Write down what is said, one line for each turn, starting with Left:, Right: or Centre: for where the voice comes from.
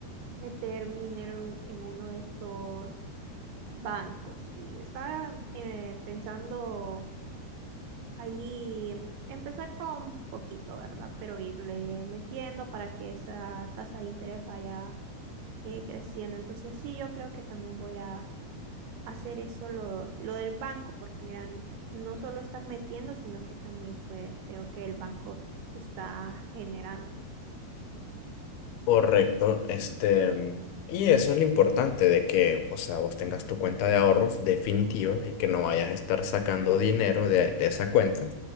Right: meter mi dinero en, en uno de estos bancos. Y estaba eh, pensando Ahí em- empezar con poquito, ¿verdad? Pero irle metiendo para que esa tasa de interés vaya eh, creciendo. Entonces sí, yo creo que también voy a hacer eso lo, lo del banco, porque mira, no solo estás metiendo, sino que también pues creo que el banco te está generando.
Left: Correcto, este, mm, y eso es lo importante de que, o sea, vos tengas tu cuenta de ahorros definitiva y que no vayas a estar sacando dinero de, de esa cuenta,